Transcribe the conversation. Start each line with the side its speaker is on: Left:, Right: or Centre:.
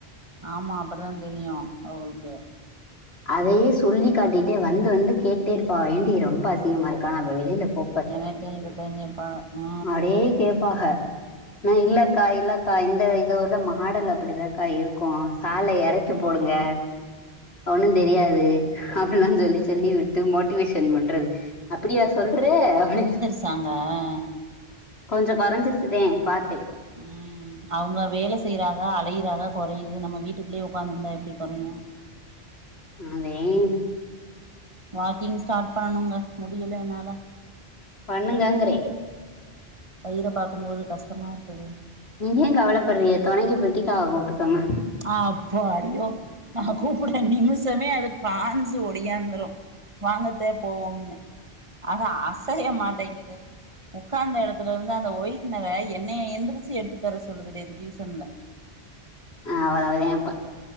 Right: ஆமா அப்டித்தான் தெரியும் அவங்களுக்கு
Left: அதையே சொல்லி காட்டிட்டே வந்து வந்து கேட்டே இருப்பாக ஏண்டி ரொம்ப அசிங்கமா இருக்கா வெளியில போ
Right: என்னிட்டயும் இத தான் கேட்ப்பா ஆ
Left: நறைய கேட்பாக நா இல்லக்கா இல்லக்கா இந்த இதோட மாடல் அப்டிதாக்கா இருக்கும் சாலை இறக் கி
Right: ம்
Left: போடுங்க ஒன்னும் தெரியாது
Right: ம்
Left: அப்டிதான் சொல்லி சொல்லி விட்டு மோட்டிவேஷன் பண்றது அப்டியா சொல்ற அப்டி
Right: நாங்க
Left: கொஞ்சம் குறைஞ்சிருச்சிதேன் பார்த்தேன்
Right: ம் அவங்க வேலை செய்றாங்க அலையுறாங்க குறையுது நம்ம வீட்டுக்குள்ளேயே உட்காந்துருந்தா எப்டி கொறையும்
Left: அதேம்
Right: வாக்கிங் ஸ்டார்ட் பண்ணனுங்க முடில என்னால
Left: பண்ணுங்கங்கிறேன்
Right: வயிற பாக்கும்போது கஷ்டமா இருக்குது
Left: நீங்க ஏ கவலப்படுறீங்க தொணைக்கி பிரிட்டிக்காவ கூப்டுக்கங்க
Right: அப்பாடியோ நா கூப்புரேன் நிமிஷமே அது பாஞ்சு ஒடியாந்துரும் வாங்கத்தே போவோம்னு அது அசைய மாட்டேங்கிது உட்காந்த எடத்துலருந்து அந்த ஒயி்ட்னர என்னைய எந்திரிச்சு எடுத்து தர சொல்லுது நேத்து டியூசன்ல
Left: அவ்ளோதே அப்ப